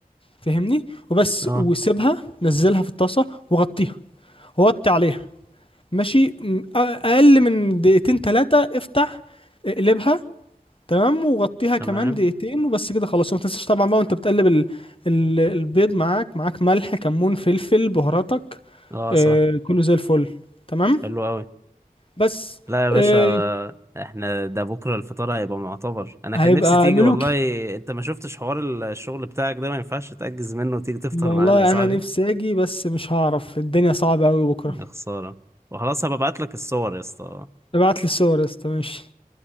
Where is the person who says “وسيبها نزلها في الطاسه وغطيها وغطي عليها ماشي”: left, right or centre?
Left